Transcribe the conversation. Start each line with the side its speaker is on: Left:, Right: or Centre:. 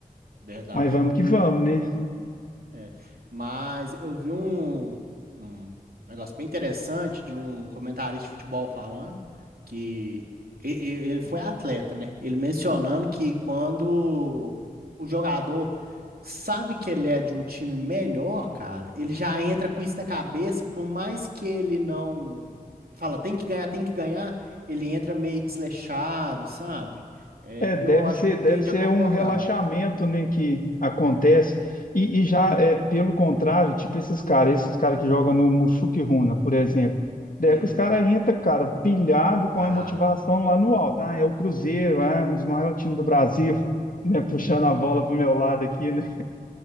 Right: verdade.
Left: Mas vamos que vamos, né?
Right: É, mas eu vi um, um negócio bem interessante de um comentarista de futebol falando que e- e- ele foi atleta, né? Ele mencionando que quando o jogador sabe que ele é de um time melhor, cara, ele já entra com isso na cabeça, por mais que ele não fala, tem que ganhar, tem que ganhar, ele entra meio desleixado, sabe? É,
Left: É,
Right: e
Left: deve
Right: eu acho
Left: ser,
Right: que eu tendo
Left: deve ser
Right: a concordar.
Left: um relaxamento, né, que acontece. E, e já é pelo contrário, tipo esses caras, esses caras que jogam no Mushuk-Runa, por exemplo. Daí
Right: Uhum.
Left: é que os caras entram, cara, pilhado
Right: Ah.
Left: com a motivação lá no alto. Ah, é o Cruzeiro, ah, é um dos maiores times do Brasil, <laughs> né, puxando a bola pro meu lado aqui, né?